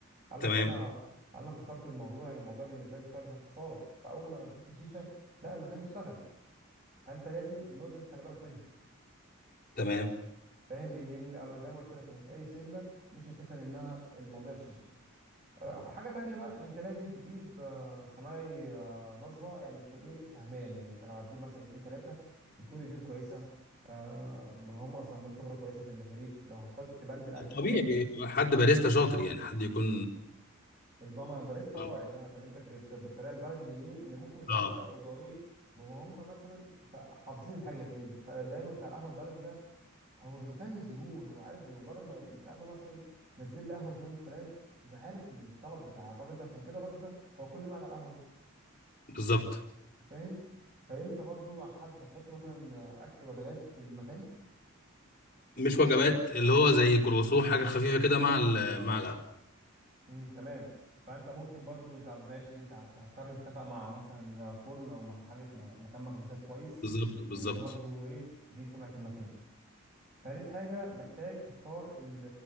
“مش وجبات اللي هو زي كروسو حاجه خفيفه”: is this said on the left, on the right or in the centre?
Left